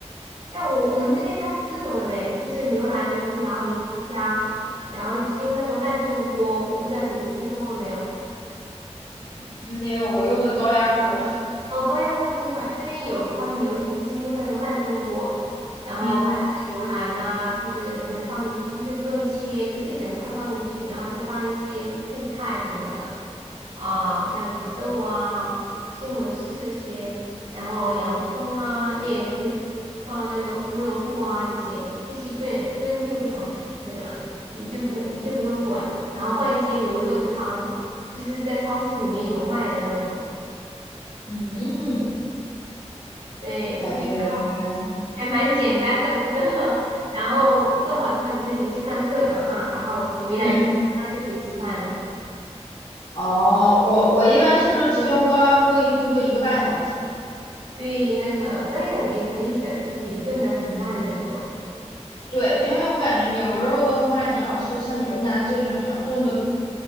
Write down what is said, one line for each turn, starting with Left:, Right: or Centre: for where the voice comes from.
Right: 哎，我我们这边它是这种的嘞，就是牛腩就拿回家，然后就是用那个慢炖锅，我不知道你听说过没有？
Left: <laughs> 没有，我用的高压锅。
Right: 哦，高压锅会更快。这边有他们流行就是用那个慢炖锅，然后把那个牛腩呐、
Left: 嗯
Right: 就是反正放进去，就是不用切，就是一整块放进去，然后再放一些配菜什么的啊，像土豆啊、西红柿这些，然后洋葱啊，你也可以放那个胡萝卜啊这些一起炖炖六个小时这个样子，你就不用你就不用管了，然后放一些牛肉汤，就是在超市里面有卖的那种。
Left: 嗯，
Right: 对对，
Left: 感觉还
Right: 还蛮简单的，真的。<laughs> 然后做好之后，比如说你去上课早上，然后回来之后晚上就可以吃饭了。
Left: 嗯哦，我我一般是就直接用高压锅一炖炖一个半小时。
Right: 对，那个那样也可以的，就是也炖的很烂的这种。
Left: 对，因为我感觉牛肉的话，你要是像牛腩这种，你要炖的